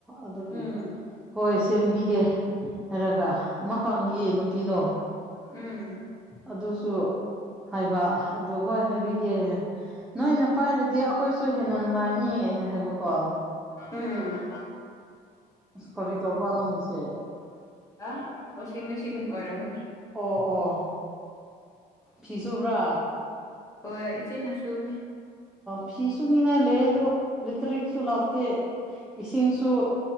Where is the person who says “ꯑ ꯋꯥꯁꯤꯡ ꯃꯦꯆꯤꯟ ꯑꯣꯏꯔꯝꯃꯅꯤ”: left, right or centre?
Left